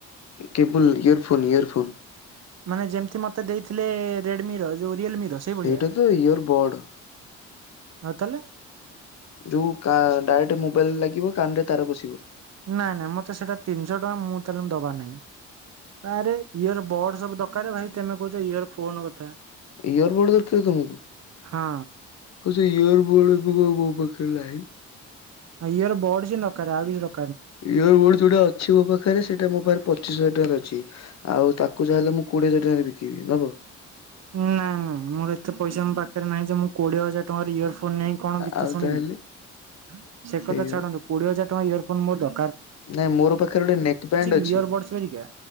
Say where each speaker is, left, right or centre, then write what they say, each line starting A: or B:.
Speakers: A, on the left (about 60°); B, on the right (about 60°).
A: କେବୁଲ ଇୟରଫୋନ୍ ଇୟରଫୋନ୍।
B: ମାନେ ଯେମିତି ମତେ ଦେଇଥିଲେ ରେଡମିର ଯୋଉ ରିଅଲମି ର
A: ସେଇଟା
B: ସେଇଭଳିଆ
A: ତ ଇୟରବଡ।
B: ଆଉ ତାହାଲେ।
A: ଯୋଉ କା ଡାଇରେକ୍ଟ ମୋବାଇଲ ଲାଗିବ କାନରେ ତାର ପଶିବ।
B: ନାଇଁ ନାଇଁ ମତେ ସେଟା ତିନିଶ ଟଙ୍କା। ମୁଁ ତାହଲେ ଦବା ନାହିଁ। ଆରେ ଇୟର ବଡ ସବୁ ଦରକାର ଭାଇ, ତେମେ କୋହୁଚ ଇୟର ଫୋନ କଥା।
A: ଇୟର ବୋଡ ଦରକାର ତମକୁ
B: ହଁ
A: ହୋଉ ସେଇ ୟର୍ <unintelligible> ମୋ ପାଖରେ ନାହିଁ।
B: ହଁ ଇୟର ବୋର୍ଡସି ଦରକାର ଆଉ କିଛି ଦ
A: ୟିର ବୋର୍ଡ଼ ଯୋଉଟା ଅଛି ମୋ ପାଖରେ ସେଇଟା ମୋ ପାଖରେ ପଚିଶ ହଜର ଟାଙ୍କାର ଅଛି। ଆଉ ତାକୁ ତାଙ୍କୁ ଯାହାହେଲେ ମୁଁ କୋଡିଏ ହଜାର ଟଙ୍କାରେ ବିକିବି ନବ?
B: ନାଇଁ ମୋର ତେ ପଇସା ମୋ ପା ପାଖରେ ନାଇଁ ଯେ ମୁଁ କୋଡିଏ ହଜାର ଟଙ୍କାର ଇୟର ଫୋନ ନେଇକି କଣ ଗୀତ
A: ଆଉ
B: ଶୁଣିବି।
A: ତାହେଲେ
B: <inaudible> ସେ
A: ସେଇ
B: କଥା ଛାଡନ୍ତୁ କୋଡିଏ ହଜାର ଟଙ୍କା ଇୟର ଫୋନ ମୋର ଦ
A: ନାଇଁ ମୋର ପାଖରେ ଗୋଟେ ନେକ୍ ବ୍ୟାଣ୍ଡ
B: କି
A: ଅଛି।
B: ଇୟର ବଡସ୍ ହେରିକା